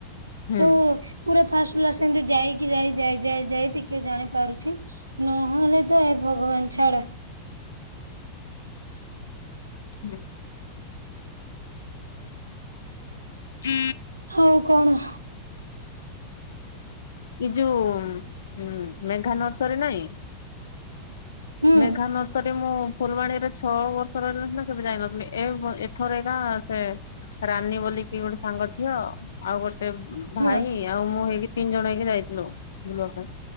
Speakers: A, on the left; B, on the right.
A: ହୁଁ
B: ତ ପୁରା ଫାଷ୍ଟ ରୁ ଲାଷ୍ଟ ଏମତି ଯାଇକି ଯାଇ-ଯାଇ-ଯାଇ-ଯାଇ ଟିକେ ଜାଣି ପାରୁଛି। ନହେଲେ ତ ଏ ଭଗବାନ ଛାଡ।
A: ହୁଁ। ହଁ
B: ହଉ କଣ?
A: ଏ ଯୋଉ ଉଁ ମେଘା ନର୍ସରୀ ନାଇଁ।
B: ହୁଁ
A: ମେଘା ନର୍ସରୀ ମୁଁ ଫୁଲବାଣୀରେ ଛଅ ବର୍ଷ ରହିଲି ସିନା କେବେ ଯାଇନଥିଲି, ଏ ବ ଏଥର ଏକା ସେ ରାନୀ ବୋଲିକି ଗୋଟେ ସାଙ୍ଗ ଝିଅ ଆଉ ଗୋଟେ
B: ହଁ
A: ଭାଇ ଆଉ ମୁଁ ହେଇକି ତିନି ଜଣ ହେଇକି ଯାଇଥିଲୁ <unintelligible>